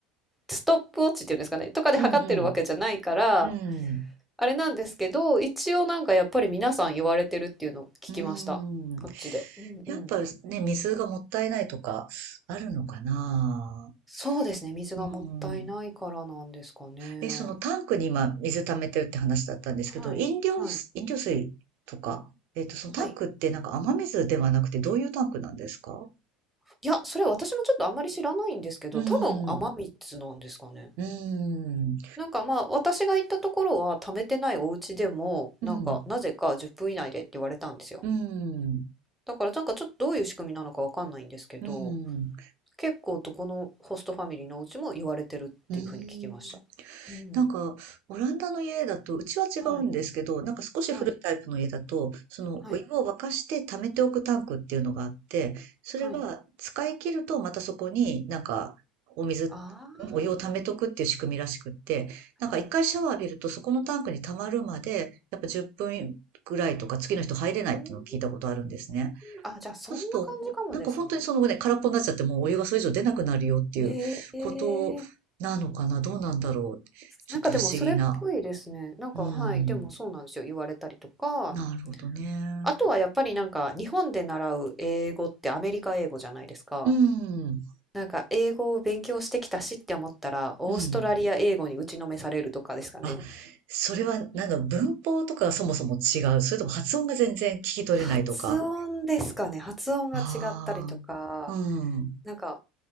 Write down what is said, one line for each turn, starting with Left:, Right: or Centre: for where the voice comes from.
Centre: ストップウォッチっていうんですかね、とかで測ってるわけじゃないから、
Right: うんうん。うん。
Centre: あれなんですけど、一応なんかやっぱり皆さん言われてるっていうのを聞きました。
Right: うん。
Centre: こっちで。うんうん。
Right: やっぱね、水がもったいないとかあるのかな。
Centre: そうですね、水がもったいないからなんですかね。
Right: うん。え、そのタンクに今水溜めてるって話だったんですけど、
Centre: はい、
Right: 飲料水、
Centre: はい、
Right: 飲料水とかえっと、そのタンクってなんか雨水ではなくてどういうタンクなんですか
Centre: はい。いや、それ私もちょっとあんまり知らないんですけど、
Right: うん。
Centre: 多分雨水なんですかね。
Right: うん。
Centre: なんかまあ私が行ったところは貯めてないお家でもなんかなぜか10分以内でって言われたんですよ。
Right: うん。うん。
Centre: だからなんかちょっとどういう仕組みなのかわかんないんですけど、
Right: うん。
Centre: 結構どこのホストファミリーのお家も言われてるっていうふうに聞きました。
Right: うん。
Centre: うん。
Right: なんか、オランダの家だと、うちは違うんですけど、
Centre: はい、
Right: なんか少し古いタイプの家だと、
Centre: はい、
Right: そのお湯を沸かして溜めておくタンクっていうのがあって、
Centre: はい、
Right: それが使い切るとまたそこになんかお水、
Centre: はい。
Right: ん
Centre: あ
Right: お湯を溜めとくっていう仕組みらしくって、なんか一回シャワー浴びるとそこのタンクに溜まるまで、
Centre: あ、はい。
Right: やっぱ10分ぐらいとか次の人入れないっていうのを聞いたことあるんですね。
Centre: うーん、あ、じゃあそんな感じかもですね。
Right: そうすると、なんか本当にそのね、
Centre: うんうん。
Right: 空っぽになっちゃってもうお湯がそれ以上出なくなるよっていうことなのかなどうなんだろうちょっと不思議な。
Centre: ええ、なんかでもそれっぽいですね。なんか、
Right: うん。
Centre: はい、でもそうなんですよ、言われたりとか、
Right: なるほどね。
Centre: あとはやっぱりなんか日本で習う英語ってアメリカ英語じゃないですか。
Right: うん。
Centre: なんか英語を勉強してきたしって思ったら、オーストラリア英語に打ちのめされるとかですかね。
Right: うん。あ、それはなんか文法とかがそもそも違う。それとも発音が全然聞き取れないとか。
Centre: 発音ですかね。発音が違ったりとか、
Right: ああ、うん。
Centre: なんか、